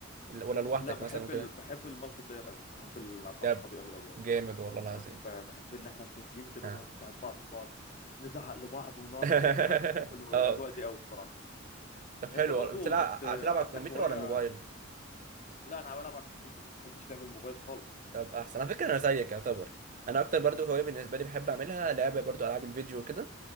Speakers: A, on the right; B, on the left.
A: ولا لوحدك
B: لا بحب
A: مثلا وكده
B: ال... بحب المالتي بلاير قوي بحب العب مع
A: ده
B: اصحابي قوي قوي قوي
A: جامد والله العظيم
B: ب- بحب ان احنا نكون تيم كده
A: اه
B: ونقعد نساعد بعض ونقعد نزعق لبعض ونقعد
A: <laughs>
B: فاهم انا بحب ال-
A: اه
B: الاجواء دي قوي بصراحه
A: طب حلو
B: انت برضو
A: بتلعب
B: بت...
A: بتلعب
B: عندك
A: على الكمبيوتر
B: هوايه
A: ولا الموبايل
B: لا انا بلعب على الكمبيوتر ما بحبش لعب الموبايل خالص
A: طب احسن على فكره انا زيك يعتبر انا اكتر برضو هوايه بالنسبه لي بحب اعملها لعبه برضو العاب الفيديو وكده